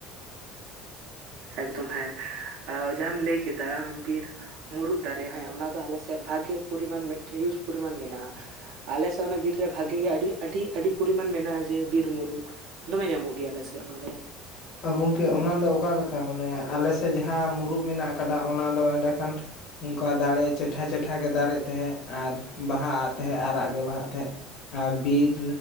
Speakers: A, on the right; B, on the left.
A: ᱮᱠᱫᱚᱢ ᱦᱮᱸ ᱡᱟᱦᱟᱸᱢ ᱞᱟᱹᱭ ᱠᱮᱫᱟ ᱵᱤᱨ ᱢᱩᱨᱩᱫ ᱫᱟᱨᱮ ᱦᱮᱸ ᱚᱱᱟᱫᱚ ᱟᱞᱮᱥᱮᱫ ᱵᱷᱟᱜᱮ ᱯᱚᱨᱤᱢᱟᱱ ᱢᱤᱴᱨᱤᱥ ᱯᱚᱨᱤᱢᱟᱱ ᱢᱮᱱᱟᱜᱼᱟ। ᱟᱞᱮ ᱥᱮᱫ ᱚᱱᱟ ᱵᱤᱨ ᱨᱮ ᱵᱷᱟᱜᱮ ᱜᱮ, ᱟᱹᱰᱤ ᱟᱹᱰᱤ ᱟᱹᱰᱤ ᱯᱚᱨᱤᱢᱟᱱ ᱢᱮᱱᱟᱜᱼᱟ ᱡᱮ ᱢᱩᱨᱩᱜ। ᱫᱚᱢᱮ ᱧᱟᱢᱚᱜ ᱜᱮᱭᱟ ᱟᱞᱮ ᱥᱮᱜ ᱚᱱᱟ ᱫᱚ।
B: ᱜᱚᱢᱠᱮ ᱚᱱᱟ ᱫᱚ ᱚᱠᱟᱞᱮᱠᱟ ᱢᱟᱱᱮ, ᱟᱞᱮᱥᱮᱫ ᱡᱟᱦᱟᱸ ᱢᱩᱨᱩᱫ ᱢᱮᱱᱟᱜ ᱟᱠᱟᱫᱟ ᱚᱱᱟ ᱫᱚ ᱮᱸᱰᱮᱠᱷᱟᱱ ᱚᱝᱠᱟ ᱫᱟᱲᱮ ᱪᱮᱴᱷᱟ ᱪᱮᱴᱷᱟᱮ ᱫᱟᱨᱮᱜ ᱛᱟᱦᱮᱸᱜ ᱟᱨ ᱵᱟᱦᱟᱜᱼᱜ ᱛᱟᱦᱮᱸᱜ ᱟᱨᱟᱜ ᱜᱮ ᱵᱟᱦᱟᱜ ᱛᱟᱦᱮᱸᱫ। ᱟ ᱵᱤᱨᱻ